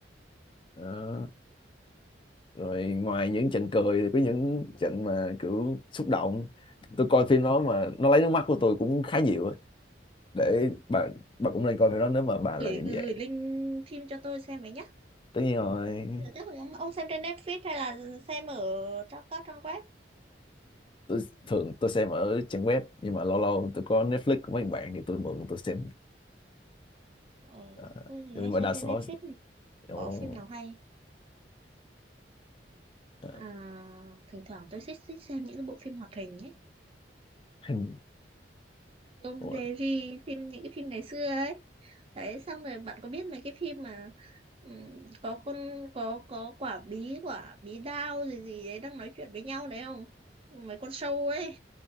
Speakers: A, on the left; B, on the right.
A: Đó. rồi ngoài những trận cười thì có những trận mà kiểu xúc động tôi coi phim đó mà nó lấy nước mắt của tôi cũng khá nhiều á để bà bà cũng nên coi phim đó nếu mà bà là
B: gửi
A: người như
B: gửi
A: vậy
B: link phim cho tôi xem với nhá
A: tất nhiên rồi
B: chắc là ông ông xem trên Netflix hay là xem ở trong các trang web
A: tôi thường tôi xem ở trang web nhưng mà lâu lâu tôi có Netflix của mấy bạn thì tôi mượn tôi xem
B: ờ,
A: Ờ,
B: tôi thì
A: nhưng
B: hay
A: mà
B: xem
A: đa số
B: trên Netflix
A: ồ
B: có phim nào hay
A: ờ,
B: à, thỉnh thoảng tôi thích thích xem những cái bộ phim hoạt hình ấy
A: hình
B: Tom
A: ồ
B: Jerry phim những cái phim ngày xưa ấy đấy xong rồi bạn có biết mấy cái phim mà ừm, có con có có quả bí quả bí đao gì gì đấy đang nói chuyện với nhau đấy không mấy con sâu ấy